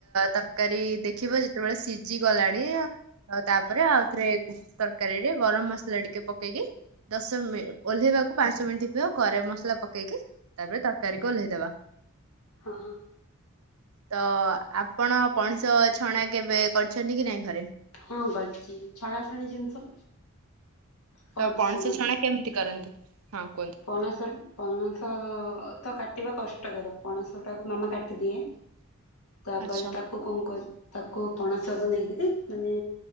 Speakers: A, on the right; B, on the left.
A: ତରକାରୀ ଦେଖିବ ଯେତେବେଳେ ସିଝି ଗଲାଣି ତାପରେ ଆଉଥରେ ତରକାରୀ ରେ ଗରମ ମସଲା ଟିକେ ପକେଇକି ଦଶ ମିନି ଓହ୍ଲେଇବାକୁ ପାଞ୍ଚ ମିନିଟ୍ ଥିବ ଗରମ ମସଲା ପକେଇକି ତାପରେ ତରକାରୀକୁ ଓହ୍ଲେଇଦବା
B: ହଁ ହଁ
A: ତ ଆପଣ ପଣସ ଛଣା କେବେ କରିଛନ୍ତି କି ନାଇଁ ଘରେ
B: ହଁ ଗଢ଼ିଛି ଛଣା ଛଣି ଜିନିଷ କହୁଛି
A: ତ ପଣସ
B: ଶୁଣନ୍ତୁ।
A: ଛଣା କେମିତି କରନ୍ତି ହଁ କୁହନ୍ତୁ
B: ପଣସ ପଣସ ତ କାଟ କାଟିବା କଷ୍ଟକର ପଣସ ଟାକୁ ମାମା କାଟିଦିଏ ତାପରେ
A: ଆଚ୍ଛା
B: ତାକୁ କଣ କରେ ତାକୁ ପଣସକୁ ନେଇକିରି ମାନେ